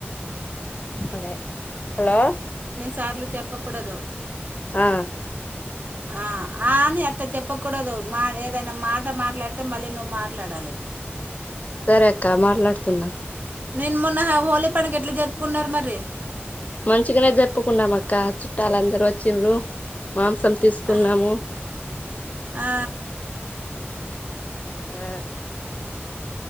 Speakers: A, on the left; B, on the right.
A: అ హలో
B: సార్లు చెప్పకూడదు
A: ఆ
B: ఆ, ఆ అని అట్ట చెప్పకూడదు మా ఏదైనా మాట మాట్లాడితే మళ్ళీ నువ్వు మాట్లాడాలి
A: సరే అక్క మాట్లాడుతున్నా
B: నేను మొన్న హోలీ పడుగ ఎట్లా జరుపుకున్నారు మరి
A: మంచిగానే జరుపుకున్నాం అక్క చుట్టాలుందరుూ వచ్చిన్రు మాంసం తీసుకున్నాము
B: ఆ. ఆ,
A: ఆ